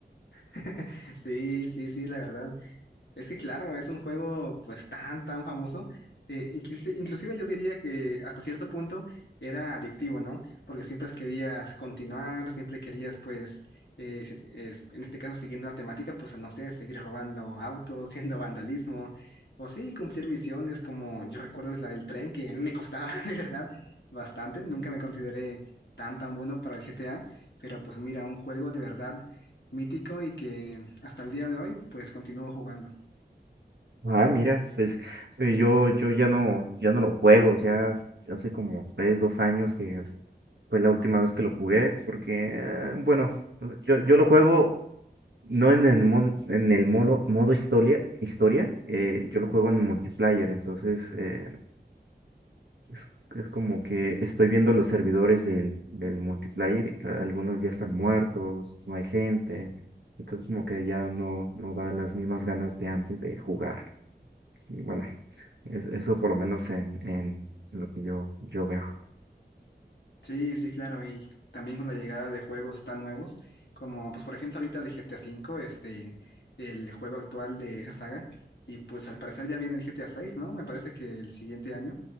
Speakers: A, on the left (about 70°); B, on the right (about 75°).
A: <laughs> Sí, sí, sí, la verdad. Es que claro, es un juego pues tan, tan famoso. eh, inclusi- inclusive yo diría que hasta cierto punto era adictivo, ¿no? Porque siempre querías continuar, siempre querías pues, eh, si- es- en este caso siguiendo la temática, pues no sé, seguir robando autos, <laughs> haciendo vandalismo, o sí, cumplir misiones como yo recuerdo la del tren, que a mí me costaba <laughs> de verdad bastante, nunca me consideré tan, tan bueno para el GTA, pero pues mira, un juego de verdad mítico y que hasta el día de hoy pues continúo jugando.
B: Ah, mira, pues eh, yo, yo ya no, ya no lo juego, ya hace como tres, dos años que Fue la última vez que lo jugué porque, eh, bueno, yo, yo lo juego no en el, mon- en el modo, modo historia, historia eh, yo lo juego en multiplayer, entonces eh, es, es como que estoy viendo los servidores del, del multiplayer, y a- algunos ya están muertos, no hay gente, entonces como que ya no, no da las mismas ganas de antes de jugar. Y bueno, es- eso por lo menos en, en lo que yo, yo veo.
A: Sí, sí, claro, y también con la llegada de juegos tan nuevos, como pues por ejemplo ahorita de GTA V, este, el juego actual de esa saga, y pues al parecer ya viene el GTA VI, ¿no? Me parece que el siguiente año,